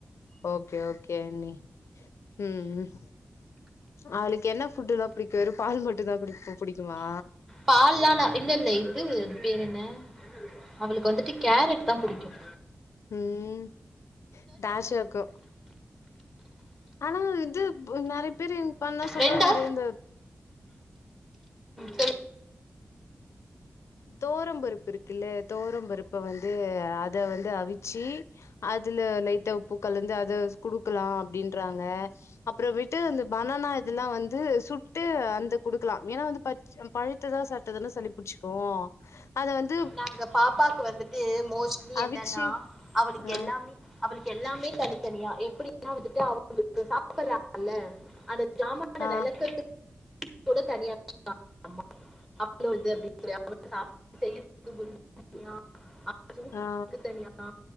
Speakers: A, on the left; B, in the centre.
A: ஓகே ஓகே அன்னி ம்‌ ம் அவளுக்கு என்ன புட்டு் தா புடிக்கியு வெறு பால் மட்டு தா புடிக் புடிக்கியுமா
B: பால்லால்ல இல்லெல்ல இது அது பேரன்ன அவளுக்கு வந்துட்டு கேரட் தா புடிக்கியு
A: ம் டாஷிவக்கு ஆனா இத் வந்து ம் நறைய பேரு பண்ணா சொல்றா
B: ரெண்டா
A: நறைய இந்த
B: சரி
A: தோவரம்பருப்பு இருக்குல்ல தோவரம் பருப்ப வந்து அத வந்து அவிச்சு அத் இதுல லைட்ட உப்புகலந்து அத குடுக்கலா அப்டின்றாங்க அப்புறமேட்டு அந்த பனானா அதெல்லா வந்து சுட்டு வந்து குடுக்கலா ஏன்னா வந்து பச்ச ம் பழுத்ததா சாப்டாதன்ன சளிபுடிச்சுக் அதா அத வந்
B: நாங்க பாப்பாக்கு வந்துட்டு மோஸ்ட்லி
A: அவிச்சி
B: என்னன்னா அவளுக்கு
A: ஆ
B: எல்லாமே அவளுக்கு எல்லாமே தனி தனி தனியா எப்பிடின்னா வந்துட்டு அவங்களுக்கு சாப்படுறாங்கல்ல அந்த ஜாமான
A: ஆ
B: வெளக்கறதுக் கூட தனியா <inaudible> அவ்ளோடது அப்டின் <inaudible> சுவிட்
A: ஆ
B: க்கு தனியா